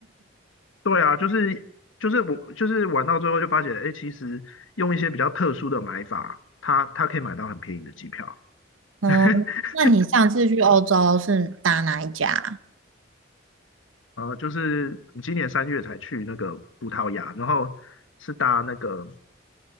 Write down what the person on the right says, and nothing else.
嗯，
那你上次去欧洲是打哪一家